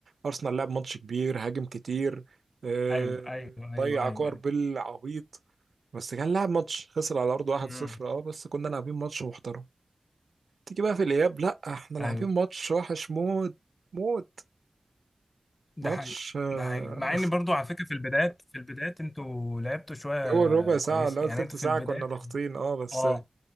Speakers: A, on the right; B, on the left.
A: ارسنال لعب ماتش كبير هاجم كتير آه،
B: ايوه ايوه ايوه
A: ضيع
B: ايوه
A: كور
B: ايوه
A: بالعبيط بس كان لعب ماتش خسر على ارضه 1-0
B: امم
A: اه بس كنا لاعبين ماتش محترم تيجي بقى في الاياب لا احنا لاعبين
B: ايوه
A: ماتش وحش موت موت
B: ده
A: ماتش
B: حقيقي
A: آه،
B: ده حقيقي مع ان برضو على فكره في البدايات في البدايات انتوا لعبتوا شويه
A: <laughs> اول ربع ساعه
B: كويسه
A: ولا اول
B: يعني
A: تلت
B: انتوا
A: ساعه
B: في البدايات
A: كنا ضاغطين اه بس
B: اه